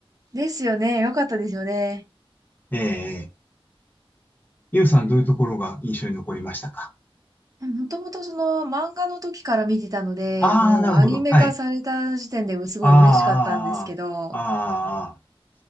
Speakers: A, on the right; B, on the left.
A: ですよね、よかったですよね。
B: えー、ゆうさんどういうところが印象に残りましたか
A: もともとその漫画の時から見てたので、
B: ああー、
A: もうアニメ化された時点ですごい嬉しかったんですけど、
B: なるほど。はい。ああ、ああ、あーあ